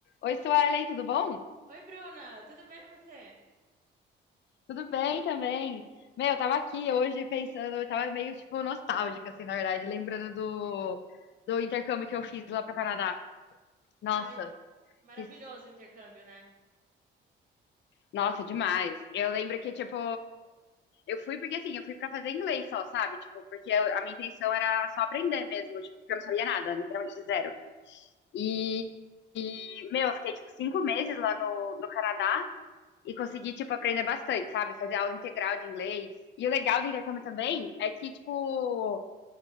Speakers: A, on the left; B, on the right.
A: Oi, Suelen, tudo bom?
B: Oi, Bruna, tudo bem e você?
A: Tudo bem também. Meu, eu tava aqui hoje pensando, eu tava meio, tipo, nostálgica, assim, na verdade, lembrando do, do intercâmbio que eu fiz lá pro Canadá. Nossa,
B: Ai, maravilhoso
A: que-
B: o intercâmbio, né?
A: nossa, demais. Eu lembro que, tipo, eu fui porque, assim, eu fui pra fazer inglês só, sabe? Tipo, porque eu- a minha intenção era só aprender mesmo, tipo, porque eu não sabia nada, literalmente zero. E, meu, eu fiquei, tipo, cinco meses lá no, no Canadá e consegui, tipo, aprender bastante, sabe? Fazer aula integral de inglês. E o legal do intercâmbio também é que, tipo,